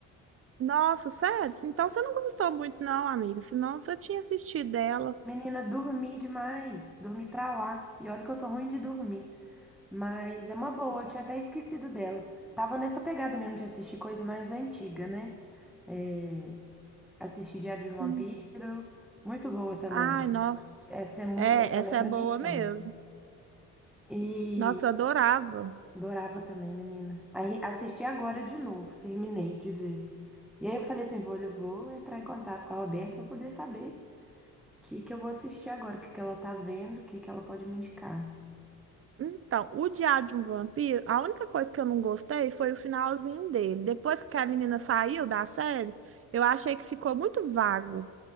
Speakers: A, on the right; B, in the centre.
A: Nossa, sério? Então você não gostou muito, não, amiga. Senão você tinha assistido dela.
B: Menina, dormi demais, dormi pra lá. E olha que eu sou ruim de dormir, mas é uma boa, eu tinha até esquecido dela. Tava nessa pegada mesmo de assistir coisa mais antiga, né? É, assisti Diário de um Vampiro,
A: Hum.
B: muito boa também.
A: Ai, nossa.
B: Essa é muito,
A: É,
B: essa
A: essa
B: lembra
A: é boa
B: minha infância.
A: mesmo.
B: E
A: Nossa, eu adorava.
B: adorava também, menina. Aí assisti agora de novo, terminei de ver. E aí eu falei assim, vou, eu vou entrar em contato com a Roberta pra poder saber o que que eu vou assistir agora, o que que ela tá vendo, o que que ela pode me indicar.
A: Então, o Diário de um Vampiro, a única coisa que eu não gostei foi o finalzinho dele. Depois que a menina saiu da série, eu achei que ficou muito vago.